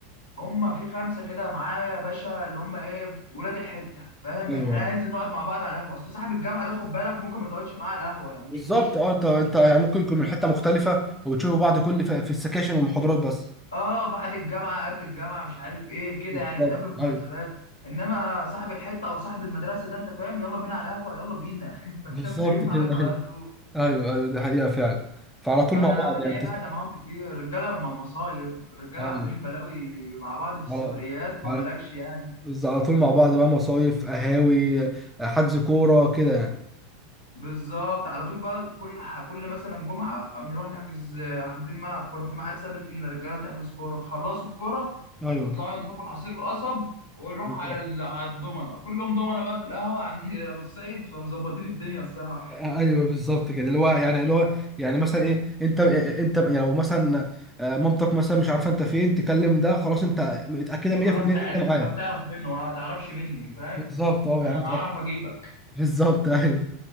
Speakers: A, on the left (about 75°); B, in the centre.
A: هما في خمسة كده معايا يا باشا اللي هما إيه ولاد الحتة فاهم
B: ايوه
A: إحنا هننزل نقعد مع بعض على القهوة أصل صاحب الجامعة ده خد بالك ممكن ما تقعدش معاه على القهوة يعني ما
B: بالظبط
A: تشوفوش
B: اه انت انت يعني ممكن يكون من حته مختلفه وبتشوفوا بعض كل ف- في السكاشن والمحاضرات بس
A: آه بعد الجامعة قبل الجامعة مش عارف إيه كده
B: بالظبط
A: يعني تقابلوا في مناسبات
B: ايوه
A: إنما صاحب الحتة أو صاحب المدرسة ده أنت فاهم يلا بينا على القهوة يلا بينا <laughs> فتلاقيهم
B: بالظبط
A: جايين معاك
B: كده ايوه
A: على طول
B: ايوه ايوه دي حقيقه فعلا فعلى طول
A: فانا
B: مع بعض يعني
A: ليه
B: بتس...
A: قاعده معاهم كتير رجاله م- مصايب رجاله
B: ايوه
A: عاملين بلاوي مع بعض في السفريات
B: على
A: ما
B: على
A: اقولكش يعني
B: بس على طول مع بعض بقى مصايف قهاوي حجز كوره كده يعني
A: بالظبط على طول بقى كل ح... كل مثلا جمعه نروح نحجز حاجزين ملعب كوره في ميعاد ثابت لينا رجاله تحجز كوره خلصوا الكوره
B: ايوه
A: يطلعوا يضربوا العصير القصب ونروح
B: بالظبط.
A: على ال... على الضمنه كلهم ضمنه بقى في القهوه عند <laughs> ابو السيد فمظبطين الدنيا الصراحه
B: ايوه بالظبط كده اللي هو يعني اللي هو يعني مثلا ايه انت انت يعني لو مثلا آه، مامتك مثلا مش عارفه انت فين تكلم ده خلاص انت متاكده
A: خلاص
B: 100% ان
A: هي عرفت
B: انت معاه
A: بقى بتعرف منه ما تعرفش مني فاهم
B: بالظبط اه
A: انا
B: يعني
A: هعرف اجيبك
B: بالظبط ايوه